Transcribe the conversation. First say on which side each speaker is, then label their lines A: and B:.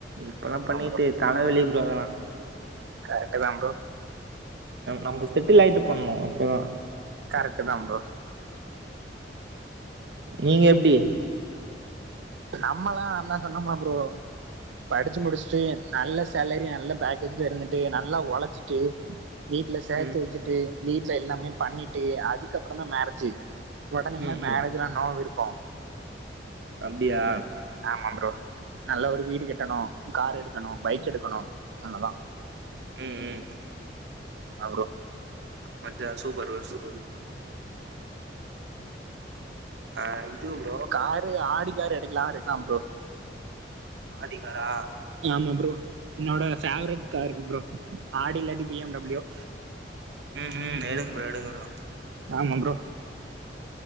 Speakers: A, on the right (about 70°); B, on the right (about 80°).
A: இப்ப எல்லா பண்ணிட்டு
B: ஆமா
A: தலவலி ப்ரோ அதெல்லா
B: கரெக்ட்டு தா ப்ரோ
A: நம்ம செட்டில் ஆயிட்டு பண்ணு அப்பதா
B: கரெக்ட்டு தா ப்ரோ
A: நீங்க எப்டி
B: நம்மல்லா அண்ணா சொன்னோம்மா ப்ரோ படிச்சு முடிஸ்ட்டு நல்ல சேலரி நல்ல பேக்கேஜ் இருந்துட்டு நல் ல ஒழச்சுட்டு வீட்டுல சேத்து
A: ம்
B: வச்சுட்டு வீட்டுல எல்லாமே பண்ணி டே அதுக்கப்புறம் தா மேரேஜ் ஒடனேல்லா
A: ம்
B: மேரேஜ்லா
A: ம்
B: நோ விருப்போ
A: அப்டியா
B: ஆமா ப்ரோ நல்ல ஒரு வீடு கட்டணும் கார் எடுக்கணும் பைக் எடுக்கணும் அவ்ளோதா
A: ம் ம்
B: ஆ ப்ரோ
A: பாத்தியா சூப்பர் ப்ரோ சூப்பர் ஆ இது ப்ரோ
B: காரு ஆடி காரு எடுக்குலாட்ருக்குலா ப்ரோ
A: ஆடி காரா
B: ஆமா ப்ரோ என்னோட ஃபேவரேட் காருங்க ப்ரோ ஆடி இல்லாட்டி பி எம் டபிள்‌ யூ
A: ம் ம் எடுங்க ப்ரோ எடுங்க ப்ரோ
B: ஆமா ப்ரோ